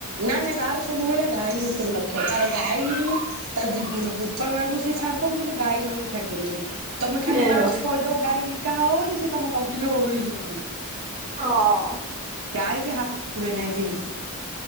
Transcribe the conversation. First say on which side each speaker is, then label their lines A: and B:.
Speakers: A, on the right; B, on the right.
A: ନା ନାଇ ତାର ସବୁବେଳେ ଗାଈ ଉପରେ ଲକ୍ଷ୍ୟ ତାର ଗାଈ ହିଁ ତା ଜୀବନ ବୋପା ମା ଙ୍କୁସେ ଛାଡିଦବ କିନ୍ତୁ ଗାଈ ମାନଙ୍କୁ ଛାଡି ପାରିବନି। ତମେ ଖାଲି
B: ଏ
A: ୱାନ୍ସ
B: ବ
A: କହିଦବ ଗାଈ ବିକା ହବ ବୋଲି ସେ ତମ ତଣ୍ଟିରେ ଓହଳି ଯିବ ସେଇ
B: ହଁ ଅଁ।
A: ଗାଈ କି ହାତ ଦେବେ ନାହିଁ କେହି।